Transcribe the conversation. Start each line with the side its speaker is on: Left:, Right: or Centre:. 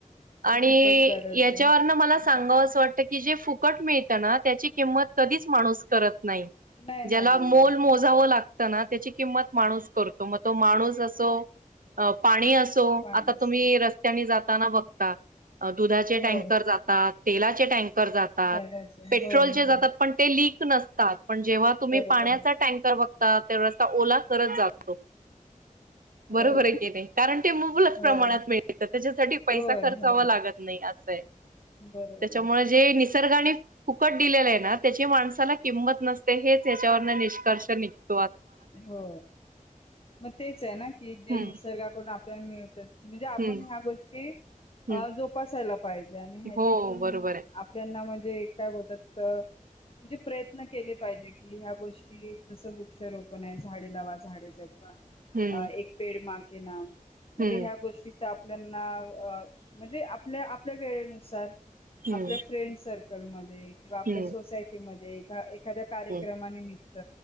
Right: आणि
Left: खूपच गरज
Right: याच्यावरन
Left: आहे.
Right: मला सांगाव असं वाटत की जे फुकट मिळत त्याची किंमत कधीच माणूस करत नाही
Left: नाही
Right: ज्याला
Left: नाही नाही
Right: मो
Left: नाही
Right: मोजाव लागत त्याची किंमत माणूस करतो मग तो माणूस असो अ पाणी असो
Left: पाण्याच
Right: आता तुम्ही रस्त्याने जाताना बघता दुधाचे
Left: होय
Right: टँकर जातात तेलाचे टँकर जातात
Left: त्यालाच
Right: पेट्रोलचे
Left: होय होय.
Right: जातात पण ते लीक नसतात पण जेव्हा तुम्ही
Left: बरोबर
Right: पाण्याचा टँकर बघता तेरस्ता ओला करत जातातो
Left: होय
Right: बरोबर आहे की नही कारण ते मुबलच
Left: होय
Right: प्रमाणात मिळत त्याच्यासाठी पैसा
Left: होय
Right: खर्चाव
Left: होय
Right: लागत नाही असय
Left: बरोबर.
Right: त्यामुळे निसर्गाने फुकट दिलेलं आहे ना त्याची माणसाला किंमत नसते हेच याच्यावरनं निष्कर्ष निघत
Left: हो मग तेच आहे ना की जे
Right: हम्म
Left: निसर्गाकडून आपल्या मिळत म्हणजे आपण
Right: हम्म
Left: ह्या गोष्टी अ
Right: हम्म
Left: जोपासायला पाहिजे पाहिजे आणि ह्याच्यातून
Right: हो बरोबर आहे.
Left: आपल्याना म्हणजे काय बोलतात म्हणजे प्रयत्न केले पाहिजे की ह्या गोष्टी जस वृक्षारोप को नाही झाडे लावा झाडे जगवा अ
Right: हम्म
Left: एक पेड माके नाम म्हणजे
Right: हम्म
Left: ह्या गोष्टीचा मित्रांना हं म्हणजे आपल्या आपल्या वेळेनुसार
Right: हम्म
Left: आपल्या फ्रेंड सर्कल मध्ये किंवा आपल्या
Right: हम्म
Left: सोसायटी म एका एखाद्या कार्यक्रमानिमित्त.
Right: हम्म